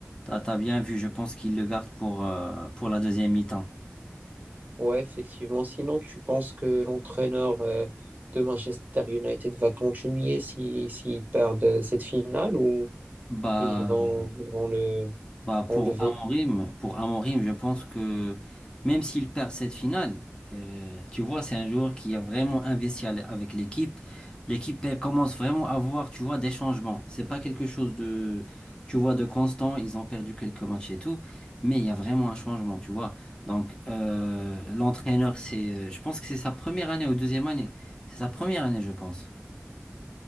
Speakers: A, on the left; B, on the right.
A: tu as, bien vu, je pense qu'il le garde pour, euh, pour la deuxième mi-temps.
B: Ouais, effectivement. Sinon, tu penses que l'entraîneur euh, de Manchester United va continuer si, s'ils perdent euh, cette finale ou
A: Bah,
B: ils vont, ils vont le
A: Bah
B: enlever?
A: pour Amorim, pour Amorim, je pense que même s'il perd cette finale, euh, tu vois, c'est un joueur qui a vraiment investi à l- avec l'équipe. L'équipe elle commence vraiment à voir, tu vois, des changements. C'est pas quelque chose de, tu vois, de constant. Ils ont perdu quelques matchs et tout, mais il y a vraiment un changement, tu vois. Donc euh, l'entraîneur, c'est, je pense que c'est sa première année ou deuxième année. C'est sa première année, je pense.